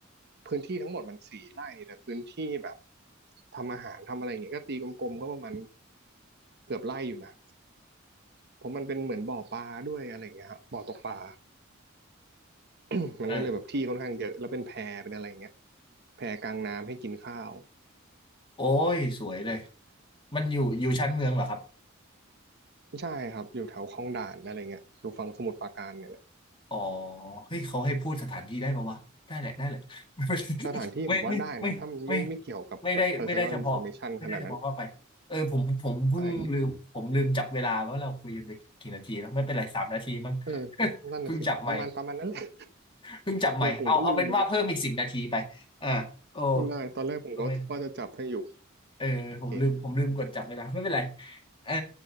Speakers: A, on the right; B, on the left.
A: พื้นที่ทั้งหมดมันสี่ไร่แต่พื้นที่แบบทำอาหารทำอะไรอย่างเงี้ยก็ตีกลมๆก็ประมาณเกือบไร่อยู่นะเพราะมันเป็นเหมือนบ่อปลาด้วยอะไรอย่างเงี้ยครับบ่อตกปลา <coughs> <clears throat> มันก็เลยแบบที่ค่อนข้างเยอะแล้วเป็นแพเป็นอะไรอย่างเงี้ย
B: เออ
A: แพกลางน้ำให้กินข้าว
B: โอ้ยสวยเลยมันอยู่อยู่ชั้นเมืองเหรอครับ
A: ใช่ครับอยู่แถวคลองด่านอะไรเงี้ยอยู่ฝั่งสมุทรปราการเนี่ยแหละ
B: อ๋อเฮ้ย เขาให้พูดสถานที่ได้ปะวะได้แหละได้แหละ <laughs>
A: สถานที่ผมว่าได้นะถ้ามันไม่ไม่เกี่ยวกับแบบ
B: ไม่ไม่ไม่ไม่ไม่ไม่ไม่ไม่ได้ไม่ได้เฉพาะไม่ได้เฉพาะเข้าไปเออผมผมเพิ่งลืมผมลืมจับเวลาว่าเราคุยกันไปกี่นาทีแล้วไม่เป็นไรสามนาทีมั้ง
A: personal information ขนาดนั้นใช่เออนั่นน่ะสิประมาณประมาณนั้นแหละ
B: <laughs> เพิ่งจับใหม่เพิ่งจับใหม่เอาเอาเป็นว่าเพิ่มอีกสิบนาทีไปอ่าโอ้
A: คือผมก็ลืมเหมือนกันได้ตอนแรกผมก็ว่าจะจับให้อยู่
B: ไม่เออผมลืมผมลืมกดจับเวลาไม่เป็นไร
A: โอเค
B: เออ